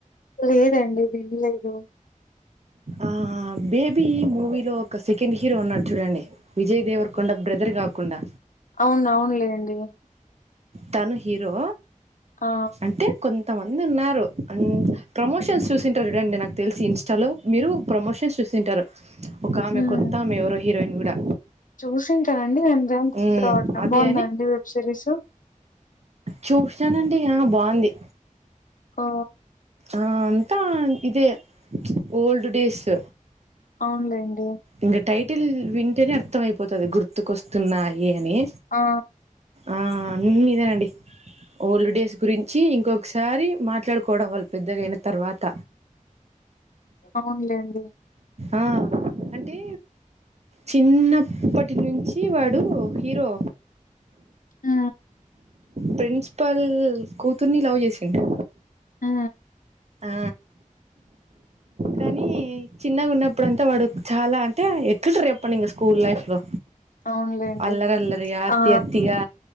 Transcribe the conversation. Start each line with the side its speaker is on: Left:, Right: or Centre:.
Left: లేదండి పల్ద <unintelligible>
Right: ఆ బేబీ మూవీలో ఒక సెకండ్ హీరో ఉన్నాడు చూడండి విజయ్ దేవర్ కొండ బ్రదర్ కాకుండా
Left: అవునవునులేండి
Right: తను హీరో
Left: ఆ
Right: అంటే కొంతమంది ఉన్నారు అం ప్రమోషన్స్ చూసింటారు చూడండి నాకు తెలిసి ఇ లో మీరు ప్రమోషన్స్ చూస్తుంటారు ఒక ఆమె
Left: ఉమ్
Right: కొత్త ఆమె ఎవరో హీరోయిన్ కూడా
Left: చూసింటానండి అంతేం గుర్తు
Right: ఉమ్
Left: రావట్లే
Right: అదే
Left: బాగుందండి వెబ్ సిరీస్
Right: చూసానండి ఆ బాగుంది
Left: ఆ
Right: ఆ అంతా ఇదే చ్ ఓల్డ్ డేస్
Left: అవునులేండి
Right: ఇంగా టైటిల్ వింటేనే అర్థం అయిపోతది గుర్తుకొస్తున్నాయి అని
Left: ఆ
Right: ఆ అన్నీ ఇదేనండి ఓల్డ్ డేస్ గురించి ఇంకొకసారి మాట్లాడుకోవడం వాళ్ళు పెద్దగాయిన తర్వాత
Left: అవునులేండి
Right: ఆ అంటే చిన్నప్పటి నుంచి వాడు హీరో
Left: ఊ
Right: ప్రిన్సిపాల్ కూతుర్ని లవ్ చేసిండు
Left: ఆ
Right: ఆ కానీ చిన్నగా ఉన్నప్పుడు అంతా వాడు చాలా అంటే ఎట్లుంటారు చెప్పండి ఇంకా స్కూల్ లైఫ్ లో
Left: అవునులేండి
Right: అల్లరి అల్లరియా అతి
Left: ఆ
Right: అతిగా